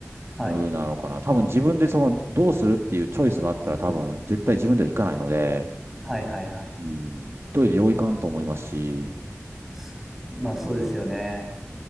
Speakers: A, in the centre; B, on the right.
A: はい。
B: うんなのかな。多分自分でそのどうするっていうチョイスがあったら多分絶対自分では行かないので、
A: はいはいはい。
B: うん、一人でよういかんと思いますし、
A: そまあそうですよね。
B: うん